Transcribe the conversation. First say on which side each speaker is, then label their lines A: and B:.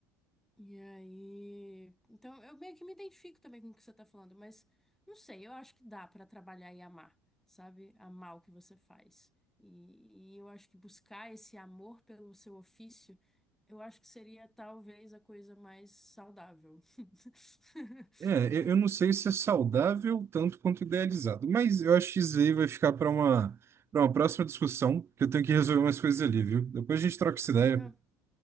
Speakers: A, in the centre; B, on the right.
A: E aí, então eu meio que me identifico também com o que você tá falando, mas não sei, eu acho que dá pra trabalhar e amar, sabe? Amar o que você faz. E, e eu acho que buscar esse amor pelo seu ofício, eu acho que seria talvez a coisa mais saudável. <laughs>
B: É, eu eu não sei se é saudável tanto quanto idealizado, mas eu acho que isso aí vai ficar para uma, para uma próxima discussão, que eu tenho que resolver umas coisas ali, viu? Depois a gente troca essa ideia.
A: Não,